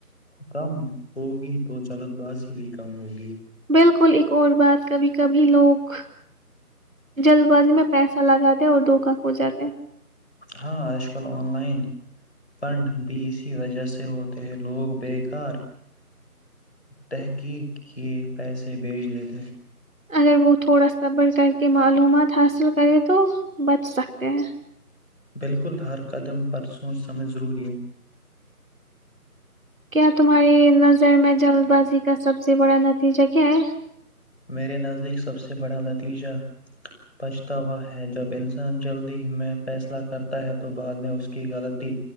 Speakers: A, on the left; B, on the right.
A: کم ہوگی تو چلد باز <inaudible> <unintelligible> بھی کام ہوگی <inaudible> <unintelligible>
B: بالکل ایک اور بات کبھی کبھی لوگ <unintelligible> جلد بازی میں پیسہ لگاتے ہیں اور دھوکا کھو جاتے <unintelligible>
A: ہاں آج کل آن لائن فنڈ بھی اسی وجہ سے ہوتے ہیں لوگ بیکار تحقیق کے پیسے بھیج دیتے ہیں <unintelligible>
B: اگر وہ تھوڑا س بڑھ کر کے معلومات حاصل کرے تو بچ سکتے ہیں
A: بالکل ہر قدم پر سوچ سمجھ ضروری ہے <inaudible>
B: کیا تمہاری نظر میں جلد بازی کا سب سے بڑا نتیجہ کیا ہے
A: میرے نزدیک سب سے بڑا نتیجہ پچھتاوا ہے جب انسان جلدی میں فیصلہ کرتا ہے تو بعد میں اس کی غلطی